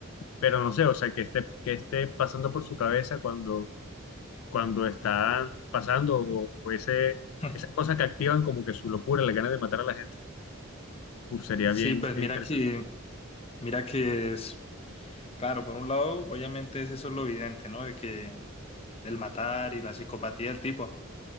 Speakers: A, on the left; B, on the left.
A: pero no sé, o sea, que esté, que esté pasando por su cabeza cuando, cuando están pasando o, o ese,
B: <laughs>
A: esas cosas que activan como que su locura, la ganas de matar a la gente, uf, sería
B: Sí,
A: bien,
B: pues
A: bien
B: mira
A: interesante.
B: que, mira que es, claro, por un lado, obviamente es eso lo evidente, ¿no? De que el matar y la psicopatía del tipo,